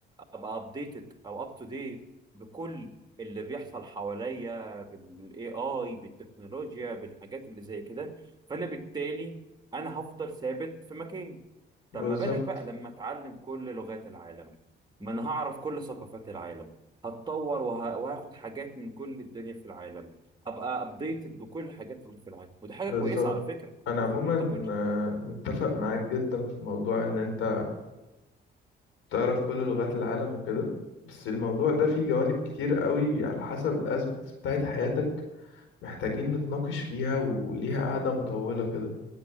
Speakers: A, on the right (about 20°); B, on the left (about 85°).
A: ابقى ابديتد او اب تو ديت بكل اللي بيحصل حواليا بالاي اي بالتكنولوجيا بالحاجات اللي زي كده فانا بالتالي انا هفضل ثابت في مكاني
B: بالظبط
A: طب ما بالك بقى لما اتعلم كل لغات العالم ما انا هعرف كل ثقافات العالم هتطور وه- وهاخد حاجات من كل الدنيا في العالم ابقى ابديتد بكل الحاجات اللي في العالم ودي حاجه
B: بالظبط
A: كويسه على فكره
B: أنا
A: جزء
B: عموما
A: من تكوين شخصية.
B: آه، متفق معاك جدا في موضوع إن أنت تعرف كل لغات العالم وكده بس الموضوع ده فيه جوانب كتير قوي على حسب الاسبكتس بتاعت حياتك محتاجين نتناقش فيها وليها قعدة مطولة كده